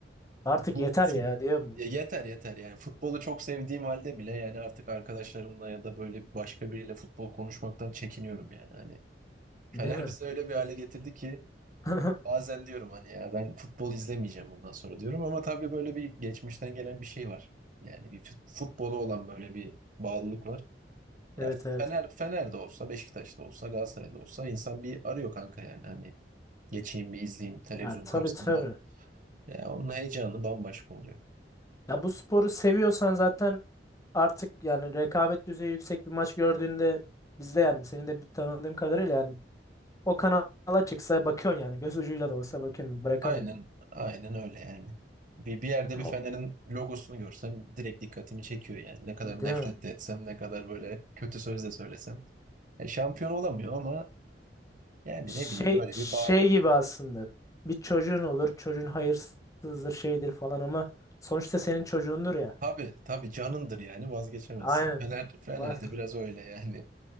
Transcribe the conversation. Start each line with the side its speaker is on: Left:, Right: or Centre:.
Left: Artık
Right: bu
Left: yeter
Right: fut
Left: ya diyorum.
Right: ya yeter yeter yani futbolu çok sevdiğim halde bile yani artık arkadaşlarımla ya da böyle başka biriyle futbol konuşmaktan çekiniyorum yani hani. Fener
Left: Değil mi?
Right: bizi öyle bir hale getirdi ki
Left: <laughs>
Right: bazen diyorum hani ya ben futbol izlemeyeceğim bundan sonra diyorum ama tabii böyle bir geçmişten gelen bir şey var. Yani bir fut- futbola olan böyle bir bağlılık var. Ya
Left: Evet evet.
Right: Fener Fener'de olsa, Beşiktaş'ta olsa, Galatasaray'da olsa insan bir arıyor kanka yani hani geçeyim bir izleyeyim televizyon
Left: Ya tabii
Right: karşısında.
Left: tabii.
Right: Ya onun heyecanı bambaşka oluyor.
Left: Ya bu sporu seviyorsan zaten artık yani rekabet düzeyi yüksek bir maç gördüğünde bizde yani senin de tanıdığım kadarıyla yani o kanala çıksa bakıyorsun yani göz ucuyla da olsa bakıyorsun bırakamıyorsun.
Right: Aynen, aynen öyle yani. Bir, bir yerde
Left: Ama
Right: bir Fener'in logosunu görsem direkt dikkatimi çekiyor yani. Ne kadar
Left: Değil
Right: nefret
Left: mi?
Right: de etsem, ne kadar böyle kötü söz de söylesem. E, şampiyon olamıyor ama yani
Left: Şey
Right: ne bileyim böyle
Left: şey
Right: bir bağlılık.
Left: gibi aslında bir çocuğun olur çocuğun hayırsızdır şeydir falan ama sonuçta senin çocuğundur ya.
Right: Tabii tabii canındır yani vazgeçemezsin.
Left: Aynen.
Right: Fener, Fener'de
Left: Ba-
Right: biraz öyle yani.